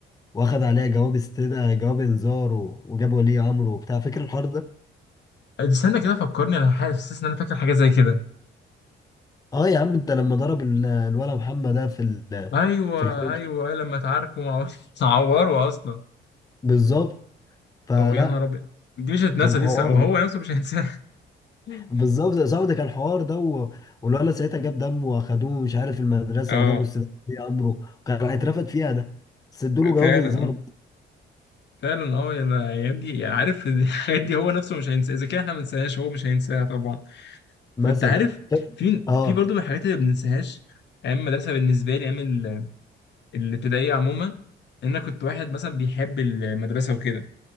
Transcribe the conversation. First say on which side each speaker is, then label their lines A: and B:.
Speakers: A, on the left; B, on the left.
A: واخد عليها جواب استدعاء جواب انذار و... وجاب ولي امره وبتاع فاكر الحوار ده
B: استنى كده فكرني انا حاسس ان انا فاكر حاجه زي كده
A: اه يا عم ده لما ضرب ال- الولا محمد ده في ال-
B: ايوه
A: في الحوش
B: ايوه لما اتعاركوا مع بعض <laughs> اتعوروا اصلا
A: بالظبط فلا
B: او يا نهار ابيض دي مش هتنسى
A: كان حوار
B: دي وهو
A: ده
B: نفسه مش هينساها <laughs>
A: بالظبط يا صاحبي ده كان حوار ده و- والولا ساعتها جاب دمه واخدوه مش عارف المدرسه
B: اه
A: وجابوا استاذ ولي امره وكان هيترفد فيها ده بس ادوا له جواب
B: فعلا
A: انذار
B: اه فعلا اه يا الايام دي عارف <laughs> الحاجات دي هو نفسه مش هينساها اذا كان احنا ما ننساهاش هو مش هينساها طبعا
A: مثلا
B: فانت عارف في
A: اه
B: في برضه من الحاجات اللي ما بننساهاش ايام المدرسه بالنسبه لي ايام ال- الابتدائيه عموما ان انا كنت واحد مثلا بيحب المدرسه وكده